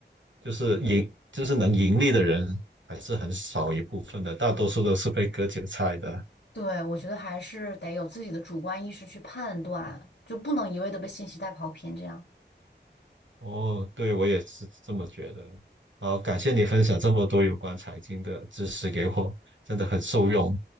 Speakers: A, on the right; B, on the left.
A: 就是盈，就是能盈利的人还是很少一部分的，大多数都是被割韭菜的。
B: 对，我觉得还是得有自己的主观意识去判断，就不能一味的被信息带跑偏，这样。
A: 哦，对，我也是这么觉得。好，感谢你分享这么多有关财经的知识给我，真的很受用。